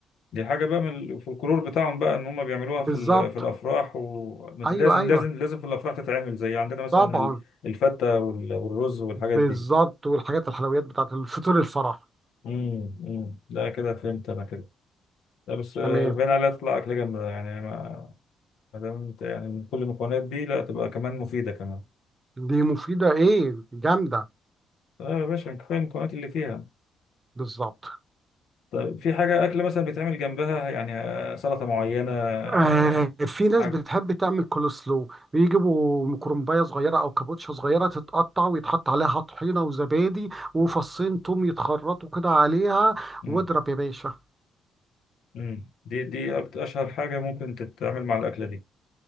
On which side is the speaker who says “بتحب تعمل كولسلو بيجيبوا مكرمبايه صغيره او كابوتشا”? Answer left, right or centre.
Right